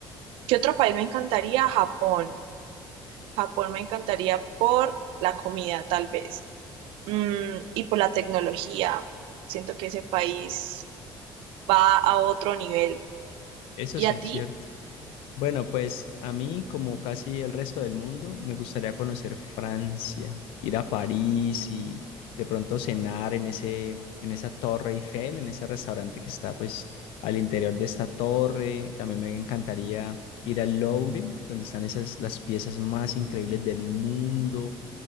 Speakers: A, on the right (about 85°); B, on the left (about 85°).
A: ¿Qué otro país me encantaría? Japón. Japón me encantaría por la comida, tal vez, Mm, y por la tecnología. Siento que ese país va a otro nivel.
B: Eso
A: ¿Y
B: sí
A: a
B: es
A: ti?
B: cierto. Bueno, pues a mí, como casi el resto del mundo, me gustaría conocer Francia, ir a París y de pronto cenar en ese, en esa Torre Eiffel, en ese restaurante que está pues al interior de esta torre. También me encantaría ir al Louvre, donde están esas las piezas más increíbles del mundo